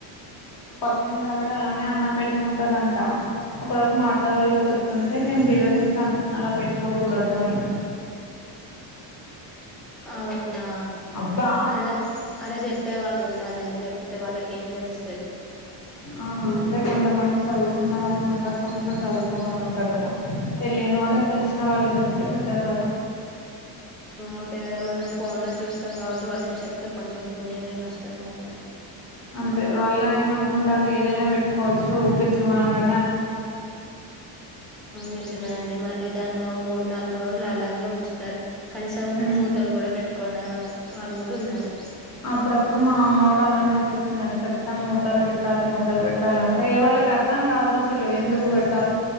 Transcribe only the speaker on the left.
పక్కిటావిడ అలానే అన్నం పెట్టుకుంటదంట ఒక రోజు మాటలలో చెప్తుంటే నేను వివరించాను అలా పెట్టుకోకూడదు అని
అబ్బా
ఆ అంటే కొంత మంది చదువు కున్న వాళ్ళు ఉంటారు కొంతమంది చదువుకోని వాళ్ళు ఉంటారు కదా తెలియని వాళ్ళకి తెలిసిన వాళ్ళు చెప్తే బెటర్ కదా వ
అంతే వాళ్ళు ఏమనుకుంటారు ఏదైనా పెట్టుకోవచ్చు ఫ్రిడ్జ్ కొన్నంగా
ఉమ్
అప్పుడప్పుడు మా అమ్మ కూడా అలానే తేస్తుందని చెప్తాం మూతలు పెట్టాలి మూతలు పెట్టాల అంటే ఇగ వాళ్ళకి అర్థం కాదు అసలు ఎందుకు పెట్టా